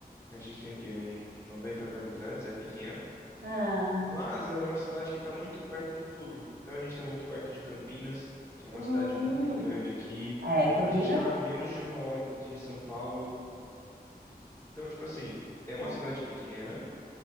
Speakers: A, on the left; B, on the right.
A: né? A gente tem o quê? Um 90 mil habitantes, é pequeno.
B: Ah,
A: Mas ela é uma cidade que está muito perto de tudo. Então a gente está muito perto de Campinas, que é uma
B: hum,
A: cidade muito grande aqui.
B: é, Campinas?
A: A gente está a menos de uma hora de São Paulo. Então, tipo assim, é uma
B: Ah,
A: cidade pequena,